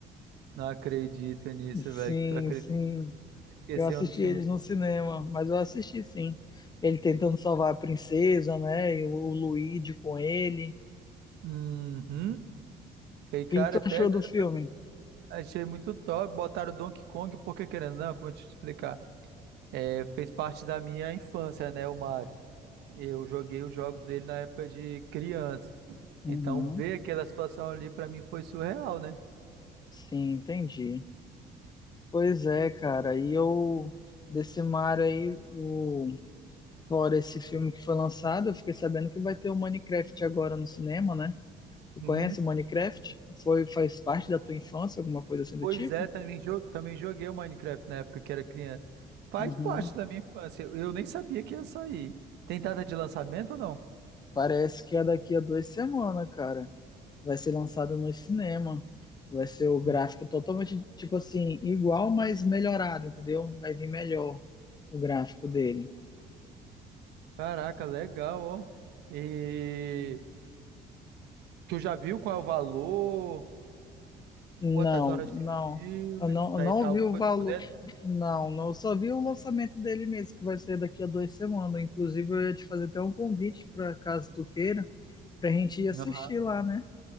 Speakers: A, on the right (about 80°); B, on the left (about 25°).
A: Não acredito nisso,
B: Sim,
A: velho. Tu acredita?
B: sim.
A: que Esqueceu
B: Eu assisti
A: um dos filmes.
B: eles no cinema, mas eu assisti sim. Ele tentando salvar a princesa, né? E o, o Luigi com ele.
A: Uhum. Sei,
B: O
A: cara,
B: que tu
A: até
B: achou
A: doido
B: do filme?
A: pra- achei muito top. Botaram o Donkey Kong, porque querendo, ou não, como eu te explicar? É, fez parte da minha infância, né, o Mario. Eu joguei os jogos dele na época de criança.
B: Uhum.
A: Então, ver aquela situação ali pra mim foi surreal, né?
B: Sim, entendi. Pois é, cara. E eu, desse Mario aí, o. Fora esse filme que foi lançado, eu fiquei sabendo que vai ter o Minecraft agora no cinema, né? Tu
A: Uhum.
B: conhece o Minecraft? Foi, faz parte da tua infância, alguma coisa assim do
A: Pois
B: tipo?
A: é, também, jo- também joguei o Minecraft na época que era criança. Faz
B: Uhum.
A: parte da minha infância. Eu nem sabia que ia sair. Tem data de lançamento ou não?
B: Parece que é daqui a duas semanas, cara. Vai ser lançado no cinema. Vai ser o gráfico
A: Uhum.
B: totalmente, tipo assim, igual, mas melhorado, entendeu? Vai vir melhor o gráfico dele.
A: Caraca, legal, ó. E tu já viu qual é o valor?
B: Não,
A: Quantas horas de
B: não.
A: filme?
B: Eu não,
A: Se Tá
B: eu não
A: e tal,
B: vi
A: alguma
B: o
A: coisa
B: valor.
A: por dentro?
B: Não, não. Eu só vi o lançamento dele mesmo, que vai ser daqui a duas semanas. Inclusive, eu ia te fazer até um convite para caso tu queira, pra gente ir assistir
A: Aham.
B: lá, né?